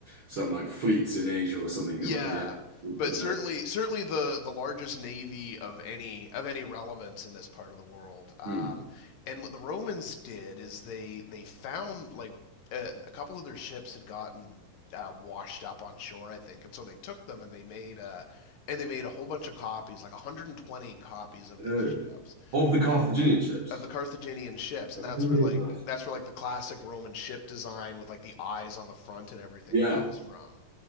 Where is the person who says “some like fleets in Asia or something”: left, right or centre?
Right